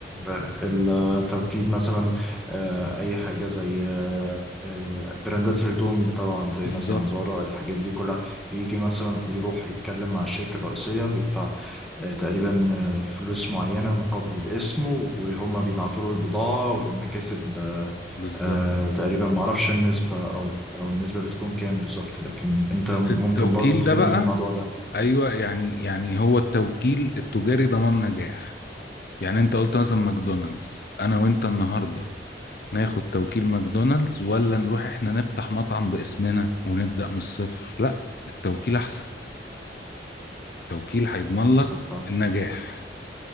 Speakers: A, in the centre; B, on the left.
A: آه، التوكيل مثلا آه، اي حاجه زي آه، آه، براندات الهدوم طبعا زي
B: بالظبط
A: مثلا زارا الحاجات دي كلها بيجي مثلا يروح يتكلم مع الشركه الرئيسيه بيدفع آه، تقريبا آه، فلوس معينه مقابل الاسم وهم بيبعتوا له البضاعه والمكاسب آه،
B: بالظبط
A: آه، تقريبا معرفش النسبه او او النسبه بتكون كام بالظبط لكن انت
B: بس
A: ممكن
B: التوكيل
A: برضو تفيدني
B: ده بقى
A: في الموضوع ده
B: ايوه يعني يعني هو التوكيل التجاري ضمان نجاح يعني انت قلت مثلا ماكدونالدز انا وانت النهارده ناخد توكيل ماكدونالدز ولا نروح احنا نفتح مطعم باسمنا ونبدأ من الصفر لا التوكيل احسن التوكيل هيضمن لك
A: اتفرجت عليه
B: النجاح